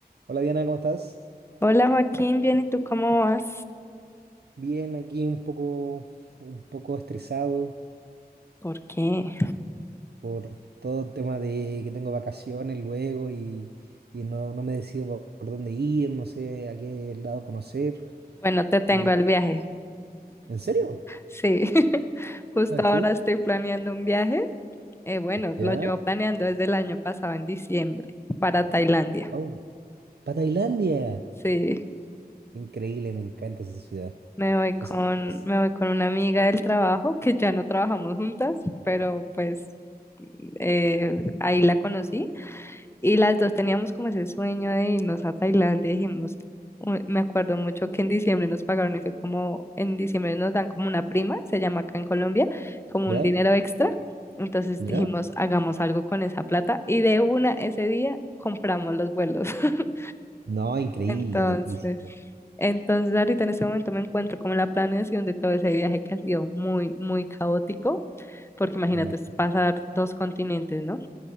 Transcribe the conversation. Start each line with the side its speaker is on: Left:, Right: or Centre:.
Right: Hola Diana, ¿cómo estás?
Left: Hola Joaquín, bien, ¿y tú cómo vas?
Right: Bien, aquí un poco, un poco estresado
Left: ¿Por qué?
Right: por todo el tema de que tengo vacaciones luego y, y no, no me decido por, por dónde ir, no sé a qué lado conocer.
Left: Bueno, te tengo
Right: Y,
Left: el viaje.
Right: ¿en serio?
Left: Sí, <laughs> justo
Right: ¿Sabes
Left: ahora
Right: tú?
Left: estoy planeando un viaje. Eh, bueno,
Right: ¿Ya?
Left: lo llevo planeando desde el año pasado, en diciembre, para Tailandia.
Right: Wow. ¡Para Tailandia!
Left: Sí,
Right: Increíble, me encanta esa ciudad.
Left: me voy con,
Right: O sea, es-
Left: me voy con una amiga del trabajo, que ya no trabajamos juntas, pero pues eh, ahí la conocí Y las dos teníamos como ese sueño de irnos a Tailandia. Dijimos, u- me acuerdo mucho que en diciembre nos pagaron y fue como, en diciembre nos dan como una prima, se llama acá en Colombia, como
Right: ¿Ya?
Left: un dinero extra. Entonces
Right: ¿Ya?
Left: dijimos, hagamos algo con esa plata. Y de una ese día compramos los vuelos. <laughs>
Right: No, increíble,
Left: Entonces,
Right: de felicidad,
Left: entonces ahorita en este momento me encuentro como en la planeación de todo ese viaje que ha sido muy, muy caótico, porque imagínate,
Right: me imagino.
Left: es pasar dos continentes, ¿no?